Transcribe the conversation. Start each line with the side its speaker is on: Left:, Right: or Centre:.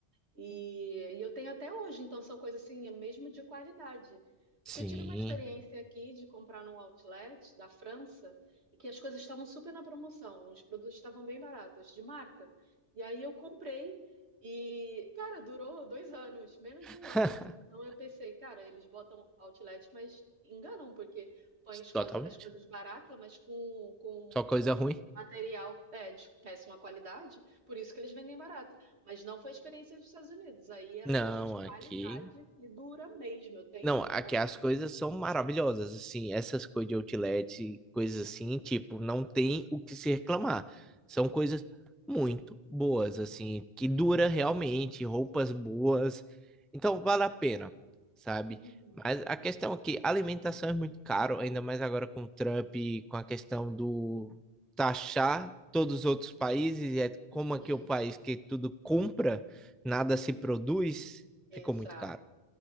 Right: E, e eu tenho até hoje, então são coisas assim, mesmo de qualidade. Porque
Centre: sim,
Right: eu tive uma experiência aqui de comprar num outlet da França e que as coisas estavam super na promoção, os produtos estavam bem baratos, de marca. E aí eu comprei e, cara, durou dois anos, menos
Centre: <laughs>
Right: de um ano, assim. Então eu pensei, cara, eles botam outlet, mas enganam, porque põem as coisas,
Centre: totalmente.
Right: as coisas baratas, mas com, com,
Centre: Só coisa
Right: com
Centre: ruim.
Right: material é, de péssima qualidade, por isso que eles vendem barato. Mas não foi a experiência dos Estados Unidos. Aí era
Centre: Não,
Right: coisa de qualidade
Centre: aqui.
Right: que dura mesmo. Eu tenho
Centre: Não,
Right: até
Centre: aqui
Right: hoje.
Centre: as coisas são maravilhosas, assim, essas coisas de outlet, coisas assim, tipo, não tem o que se reclamar. São coisas muito boas, assim, que dura realmente, roupas boas. Então vale a pena, sabe?
Right: Uhum,
Centre: Mas a questão é que a alimentação é muito caro, ainda mais agora com o Trump, e com a questão do taxar todos os outros países, e é
Right: uhum.
Centre: como aqui é o país que tudo compra, nada se produz,
Right: Exato.
Centre: ficou muito caro.